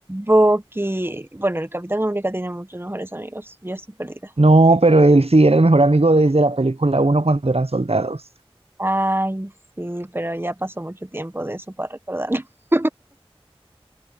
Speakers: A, on the right; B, on the right.
A: Bucky, bueno, el Capitán América tiene muchos mejores amigos. Yo estoy perdida.
B: No, pero él sí era el mejor amigo desde la película uno cuando eran soldados.
A: Ay, sí, pero ya pasó mucho tiempo de eso para recordarlo. <laughs>